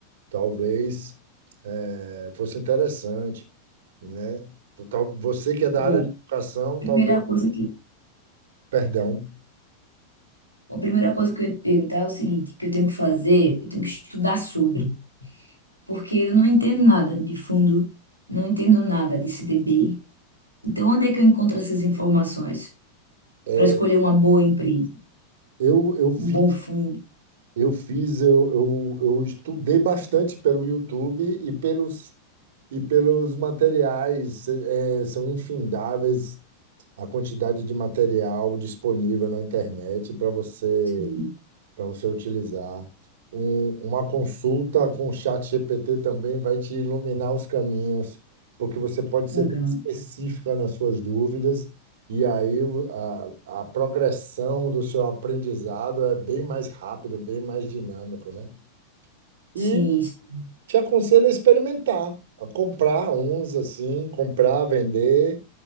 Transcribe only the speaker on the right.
talvez eh, fosse interessante, né? Tal- Você que é da
área de educação,
talvez,
perdão,
é,
eu, eu fiz,
eu fiz, eu, eu, eu estudei bastante pelo YouTube e pelos, e pelos materiais, eh, são infindáveis a quantidade de material disponível na internet para você
para você utilizar. Um- uma consulta com o chat GPT também vai te iluminar os caminhos, porque você pode
ser bem específica nas suas dúvidas, e aí o- a, a progressão do seu aprendizado é bem mais rápido, bem mais dinâmico, né?
E
te aconselho a experimentar, a comprar uns assim, comprar, vender